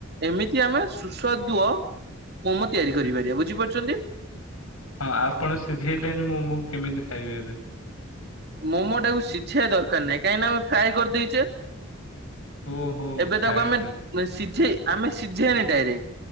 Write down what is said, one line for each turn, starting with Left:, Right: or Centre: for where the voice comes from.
Right: ଏମିତି ଆମେ ସୁସ୍ୱାଦ୍ବ ମୋମ ତିଆରି
Left: ହୁଁ
Right: କରିପାରିବା ବୁଝିପାରୁଛନ୍ତି।
Left: ହଁ ଆପଣ ସିଝେଇଲେନି ମୋମୋ କେମିତି ଖାଇବେ ଏବେ?
Right: ମୋମୋ ଟାକୁ ସିଝେଇବା ଦରକାର ନାହିଁ କାହିଁକିନା ଆମେ ଫ୍ରାଏ କରିଦେଇଛେ।
Left: ଓହୋ
Right: ଏବେ
Left: ଫ୍ରାଏଡ
Right: ତାକୁ ଆମେ
Left: କରି
Right: ସିଝେଇ ଆମେ ସିଝେଇଆନି ଡାଇରେକ୍ଟ୍